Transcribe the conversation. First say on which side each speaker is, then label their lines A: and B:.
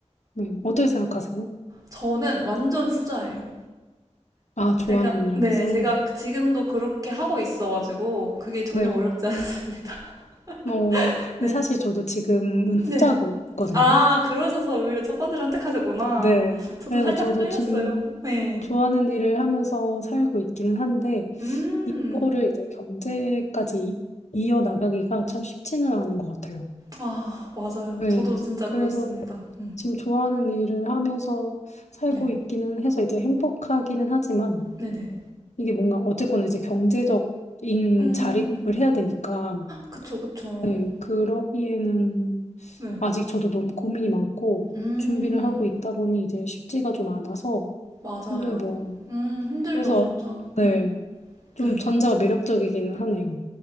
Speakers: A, on the left; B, on the right.
A: 네. 어떻게 생각하세요?
B: 저는 완전 후자예요.
A: 아, 좋아하는
B: 제가,
A: 일
B: 네,
A: 하면서.
B: 제가 지금도 그렇게 하고 있어가지고 그게 전혀
A: 네
B: 어렵지 않습니다.
A: 어,
B: <laughs> 네.
A: 근데 사실 저도 지금은 후자거든요.
B: 네. 아, 그러셔서 오히려 첫 번째를 선택하셨구나.
A: 네.
B: 저도
A: 그래서
B: 살짝
A: 저도
B: 끌렸어요.
A: 지금
B: 네.
A: 좋아하는 일을 하면서 살고 있기는 한데,
B: 음.
A: 이거를 이제 경제까지 이어나가기가 참 쉽지는 않은 것 같아요.
B: 아, 맞아요.
A: 네.
B: 저도 진짜
A: 그래서
B: 그렇습니다. 음,
A: 지금 좋아하는 일을 하면서 살고
B: 네.
A: 있기는 해서 이제 행복하기는 하지만,
B: 네네.
A: 이게 뭔가 어쨌거나 이제 경제적인
B: 음,
A: 자립을 해야 되니까,
B: 그쵸, 그쵸.
A: 네. 그러기에는
B: 네.
A: 아직 저도 너무 고민이 많고
B: 음,
A: 준비를 하고 있다 보니 이제 쉽지가 좀 않아서
B: 맞아요.
A: 근데 뭐
B: 음, 힘들죠,
A: 그래서
B: 진짜.
A: 네.
B: 음,
A: 좀
B: 네.
A: 전자가 매력적이기는 하네요.